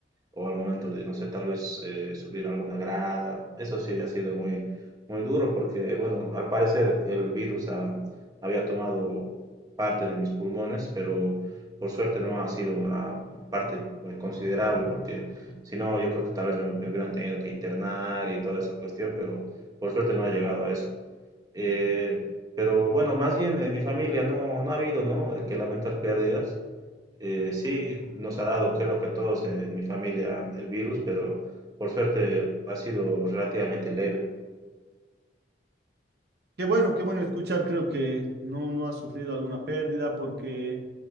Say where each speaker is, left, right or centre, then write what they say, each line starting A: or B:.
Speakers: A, on the right; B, on the right.
A: o al momento de, no sé, tal vez eh, subir alguna grada. Eso sí ha sido muy, muy duro porque, bueno, al parecer el, el virus ha- había tomado parte de mis pulmones, pero por suerte no ha sido una parte eh, considerable porque si no, yo creo que tal vez me, me hubieran tenido que internar y toda esa cuestión, pero por suerte no ha llegado a eso. Eh, pero bueno, más bien en mi familia no, no ha habido, ¿no? que lamentar pérdidas. Eh, sí, nos ha dado, creo que a todos en mi familia, el virus, pero por suerte ha sido relativamente leve.
B: Qué bueno, qué bueno escuchar, creo que no, no has sufrido alguna pérdida porque